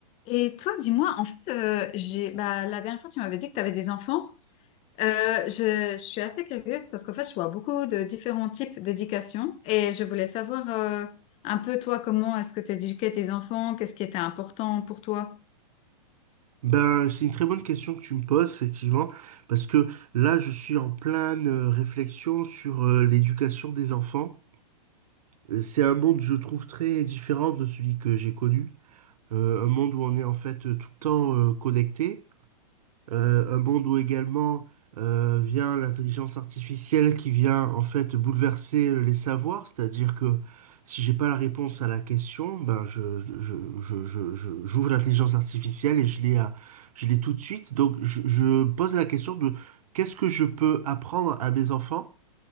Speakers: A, on the left (about 30°); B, on the right (about 70°).
A: Et toi, dis-moi, en fait, euh, j'ai, bah, la dernière fois, tu m'avais dit que tu avais des enfants. Euh, je, je suis assez curieuse parce qu'en fait, je vois beaucoup de différents types d'éducation et je voulais savoir euh, un peu, toi, comment est-ce que tu éduquais tes enfants, qu'est-ce qui était important pour toi?
B: Ben, c'est une très bonne question que tu me poses, effectivement, parce que là, je suis en pleine euh, réflexion sur euh, l'éducation des enfants. Euh, C'est un monde, je trouve, très différent de celui que j'ai connu. Euh, un monde où on est en fait euh, tout le temps euh, connecté. Euh, un monde où également euh, vient l'intelligence artificielle qui vient en fait bouleverser les savoirs, c'est-à-dire que si j'ai pas la réponse à la question, ben je, je, je, je, je- j'ouvre l'intelligence artificielle et je l'ai à- je l'ai tout de suite. Donc je, je pose la question de qu'est-ce que je peux apprendre à mes enfants